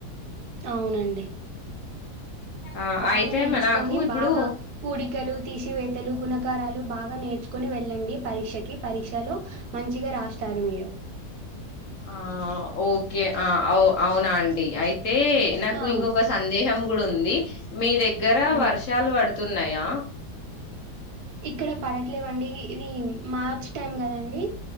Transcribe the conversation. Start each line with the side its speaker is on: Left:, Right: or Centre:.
Right: అవునండి
Left: ఆ
Right: బాగా
Left: అయితే
Right: నేర్చుకొని
Left: మ- నాకు ఇప్పుడు
Right: బాగా కూడికలు తీసివేతలు గుణకారాలు బాగా నేర్చుకుని వెళ్ళండి పరీక్షకి పరీక్షలో మంచిగా రాస్తారు మీరు
Left: ఆ ఓకే ఆ అ అవునా అండి అయి అయితే నాకు
Right: ఆ
Left: ఇంకొక సందేహం కూడా ఉంది మీ దగ్గర
Right: హ్మ్
Left: వర్షాలు పడుతు తున్నాయా
Right: ఇక్కడ పడట్లేవండి ఇది మార్చ్ టైమ్ కదండి